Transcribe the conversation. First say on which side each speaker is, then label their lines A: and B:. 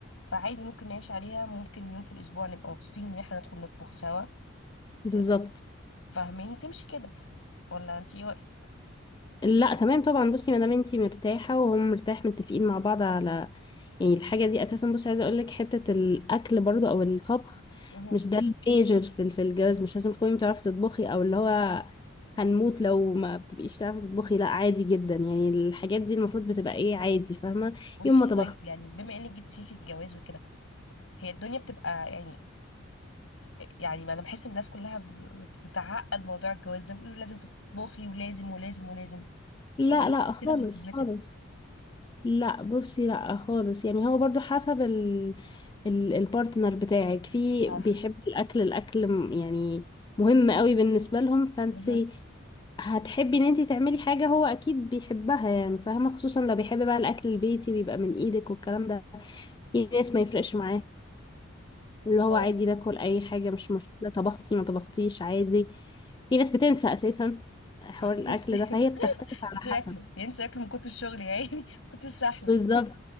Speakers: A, on the left (about 70°); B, on the left (about 20°).
A: فعادي ممكن نعيش عليها ممكن يوم في الاسبوع نبقى مبسوطين ان احنا ندخل نطبخ سوا
B: بالظبط
A: ت- فاهماني تمشي كده ولا انت ايه رأيك
B: لا تمام طبعا بصي ما دام انتي مرتاحه وهم مرتاح متفقين مع بعض على يعني الحاجه دي اساسا بصي عايزه اقول لك حته الاكل برضو او الطبخ
A: مهم.
B: مش ده الميجر في في الجواز مش لازم تكوني بتعرفي تطبخي او اللي هو هنموت لو ما بتبقيش تعرفي تطبخي لا عادي جدا يعني الحاجات دي المفروض بتبقى ايه عادي فاهمه
A: قولي
B: يوم ما
A: لي
B: طبخت
A: طيب يعني بما انك جبت سيرة الجواز وكده هي الدنيا بتبقى يعني يعني ما انا بحس ان الناس كلها بت- بتعقد موضوع الجواز ده بيقولوا لازم تطبخي ولازم ولازم ولازم
B: لا
A: فقولي لي
B: لا خالص
A: كده من خبرتك
B: خالص لا بصي لا خالص يعني هو برضو حسب ال ال البارتنر بتاعك في
A: صح
B: بيحب الاكل الاكل م- يعني مهم قوي بالنسبة لهم فانتي
A: مهم.
B: هتحبي ان انتي تعملي حاجة هو اكيد بيحبها يعني فاهمة خصوصا لو بيحب بقى الاكل البيتي ويبقى من ايدك والكلام ده في ناس ما يفرقش معاها اللي هو
A: اه
B: عادي ناكل اي حاجة مش مشكلة طبختي ما طبختيش عادي في ناس بتنسى اساسا حوار
A: م-
B: الاكل
A: بس
B: ده فهي
A: <laughs>
B: بتختلف على
A: ينسوا ياكلوا
B: حسب
A: ينسوا ياكلوا من كتر الشغل يا عيني كنت السحلة
B: بالظبط